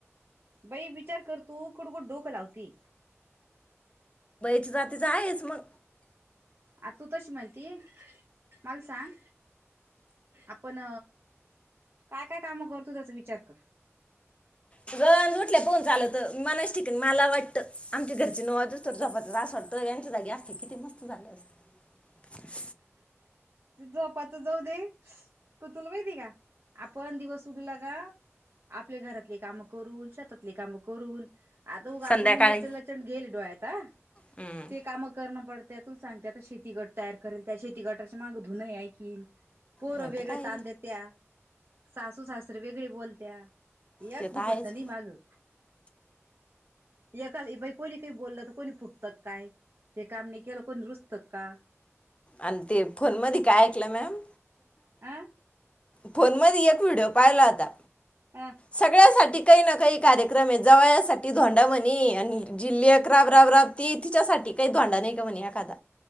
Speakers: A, on the right (about 50°); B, on the left (about 25°).
A: बाई विचार कर तू कुड-कुड डोक लावतीय.
B: जातीच आहेच मग.
A: आ तू तशी म्हणती मला सांग? आपण काय काय काम करतो त्याचा विचार कर.
B: गरज उठ पाउन चालत, मनाच्या ठिकाणी मला वाटतं आमच्या घरची नऊ वाजोस्तो झोपात्या अस वाटतं यांच्या जागी अस किती मस्त झालं अस्त.
A: झोपाच जाऊ दे. पण तुला माहिती का? आपण दिवस उगला का? आपल्या घरातले काम करून, शेतातले काम करून आता उगा
B: संध्याकाळी
A: आपण उमेच लाचंड घेऐले डोळ्यात अ
B: हम्म
A: ते कामं करणं पडत त्यातून सांगते, आता शेती गट तयार करेल, त्या शेती गटाच्या माग धुनय आकीन. पोरं
B: नाही
A: वेगळे
B: तर काय
A: ताणदेत्या सासू सासरे वेगळी बोलत्या. एक
B: ते तर
A: धुपटण
B: आहेच
A: नाही माग. एकाला ये बाई कोणी काही बोललं त कोणी फुगतं का काय? हे काम नई केलं कोणी रुसत का?
B: आणि ते फोन मध्ये काय ऐकलं मॅम
A: अ
B: फोन मध्यी एक व्हिडिओ पाहिला होता,
A: अ
B: सगळ्यासाठी काही ना काही कार्यक्रमे जवयासाठी धोंडा म्हणी, आणि जि लेक राब राब राबती तिच्यासाठी काही धोंडा नाही का म्हणी एखादा.